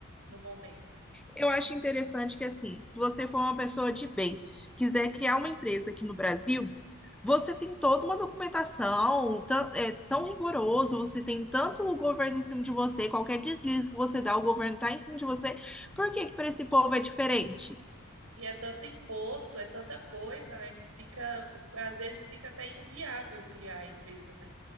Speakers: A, on the right; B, in the centre.
A: No momento.
B: Eu acho interessante que, assim, se você for uma pessoa de bem, quiser criar uma empresa aqui no Brasil, você tem toda uma documentação, tã- é tão rigoroso, você tem tanto o governo em cima de você, qualquer deslize que você dá, o governo tá em cima de você. Por que que para esse povo é diferente?
A: E é tanto imposto, é tanta coisa, né, que fica, às vezes fica até inviável criar a empresa, né?